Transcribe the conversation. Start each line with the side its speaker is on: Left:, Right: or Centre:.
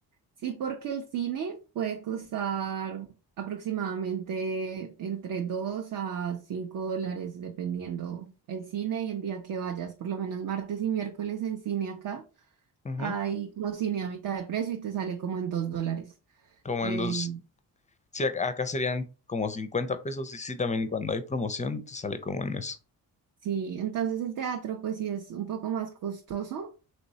Right: Sí, porque el cine puede costar aproximadamente entre 2 a 5 dólares, dependiendo el cine y el día que vayas. Por lo menos martes y miércoles en cine acá
Left: Ujú.
Right: hay como cine a mitad de precio y te sale como en 2 dólares.
Left: Como
Right: Eh,
Left: en dos, sí, ac- acá serían como 50 pesos y sí, también cuando hay promoción te sale como en eso.
Right: sí, entonces el teatro pues sí es un poco más costoso.